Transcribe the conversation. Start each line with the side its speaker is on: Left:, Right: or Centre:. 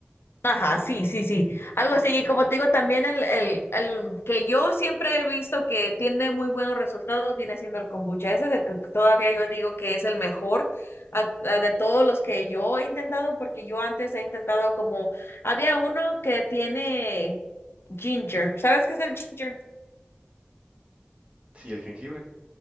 Left: ajá, sí, sí, sí. Algo así, y como te digo, también el, el, el que yo siempre he visto que tiene muy buenos resultados viene siendo el kombucha. Ese es el que todavía yo digo que es el mejor. a- a- de todos los que yo he intentado, porque yo antes he intentado como, había uno que tiene ginger, ¿sabes qué es el ginger?
Right: Sí, el jengibre.